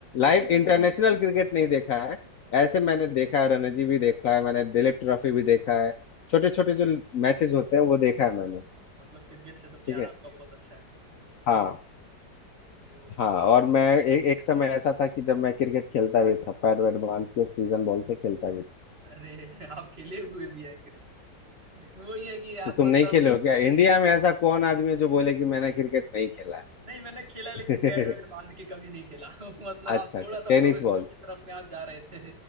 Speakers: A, on the left (about 60°); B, on the right (about 35°).
A: लाइव इंटरनेशनल क्रिकेट नहीं देखा है ऐसे मैंने देखा है रणजी भी देखा है मैंने दिलीप ट्रॉफी भी देखा है छोटे छोटे
B: लगा।
A: जो मैचेस होते हैं वो देखा है मैंने
B: मतलब क्रिकेट से तो प्यार
A: ठीक है
B: आपका बहुत अच्छा है
A: हाँ
B: हम्म, चलिए वो
A: हाँ
B: भी बहुत अच्छा।
A: और मैं एक एक समय ऐसा था कि जब मैं क्रिकेट खेलता भी था पैड वैड बांध के सीजन बॉल से खेलता भी था
B: अरे आप खेले हुए भी हैं लेकिन वही है कि
A: तो
B: आप
A: तुम
B: मतलब
A: नहीं खेले हो क्या
B: उस साइड
A: इंडिया में ऐसा कौन आदमी है जो बोले कि मैंने क्रिकेट नहीं खेला
B: नहीं मैंने खेला लेकिन
A: है
B: पैड वैड बांध के कभी नहीं खेला <laughs> मतलब
A: <laughs> अच्छा
B: आप
A: अच्छा
B: थोड़ा सा
A: टेनिस
B: प्रोफेशनल
A: बॉल
B: की
A: से
B: तरफ में आप जा रहे थे